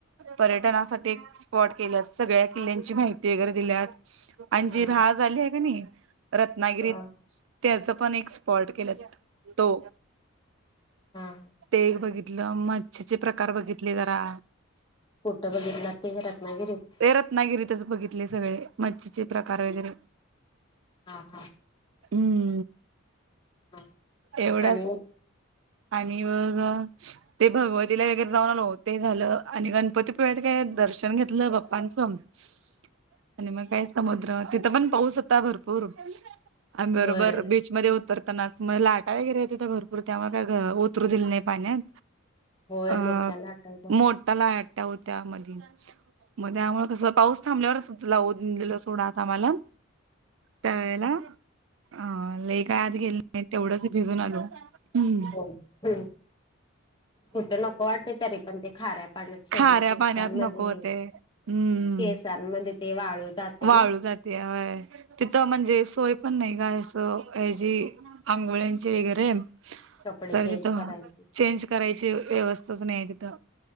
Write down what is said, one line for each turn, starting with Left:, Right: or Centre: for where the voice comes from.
Right: पर्यटनासाठी स्पॉट केल्यात, सगळ्या किल्ल्यांची माहिती वगैरे दिल्यात. आणि जी
Left: हा
Right: राहा झाली आहे का नाही रत्नागिरीत
Left: हा
Right: त्याचं पण एक पॉल्ट केल्यात तो
Left: हा
Right: ते एक बघित लं मच्छीचे प्रकार बघितले जरा
Left: कोटं बघितला ते रत्नागिरीत?
Right: ते रत्नागिरीतच बघितले सगळे मच्छीचे प्रकार वगैरे.
Left: हा हा
Right: हम्म.
Left: हा.
Right: एवढा
Left: आणि
Right: आणि मग ते भगवतीला वगैरे जाऊन आलो. ते झालं आणि गणपतीपुळ्यात काय दर्शन घेतलं बाप्पांचं. <inaudible> आणि मग काय समुद्र तिथं, पण पाऊस होता. भरपूर आणि बरोबर
Left: होय
Right: बीच, मध्ये उतरताना लाटा वगैरे येत होते, भरपूर त्यामुळं काय उतरू दिली नाही पाण्यात.
Left: होय
Right: अ
Left: मोठ्या लाटायचा
Right: मोटा लाट्या होत्या मधी मग त्यामुळे कस पाऊस थांबल्यावरच लावून दिलं सोड आत आम्हाला त्या वेळेला. हा लई काय आत गेले नाही तेवढंच भिजून आलो हम.
Left: होय कुठं नको वाटते तरी पण ते खाऱ्या पाण्यात. सगळे
Right: खाऱ्या
Left: केसांमध्ये
Right: पाण्यात नको होते हम्म
Left: केसांमध्ये ते वाळू जाते
Right: वाळू
Left: ना
Right: जातेया होय. तिथं म्हणजे सोय पण नाही का अस ह्याची आंघोळ्यांची वगैरे.
Left: कपडे
Right: तर
Left: चेंज
Right: तिथं
Left: करायचे
Right: चेंज करायची, व्यवस्थाच नाही ये तिथं.